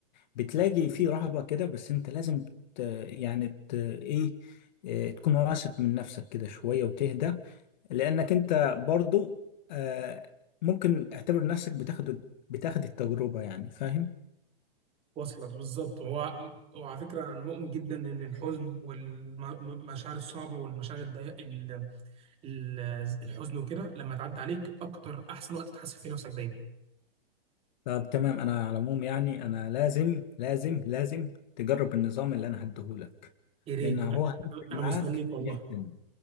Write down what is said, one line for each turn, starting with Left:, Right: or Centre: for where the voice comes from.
Left: بتلاقي فيه رهبة كده بس انت لازم ت... يعني ت... ايه آه، تكون واثق من نفسك كده شوية وتهدى لأنك انت برضو آه، ممكن اعتبر نفسك بتاخد بتاخد التجربة يعني فاهم
Right: وصلت بالظبط هو وعلى فكره انا مؤمن جدا ان الحزن والمشاعر الصعبه والمشاعر الضيق ال- ال- الحزن وكده لما تعدي عليك اكتر احسن وقت تحاسب فيه نفسك دايما
Left: طب تمام انا على العموم يعني انا لازم لازم لازم تجرب النظام اللي انا هديهولك
Right: يا ريت
Left: لأن هو هيفرق
Right: انا
Left: معاك
Right: مستنيك والله
Left: جدا